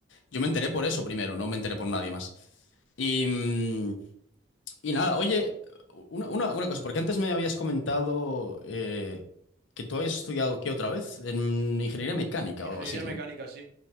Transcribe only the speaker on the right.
Ingeniería
mecánica,
sí.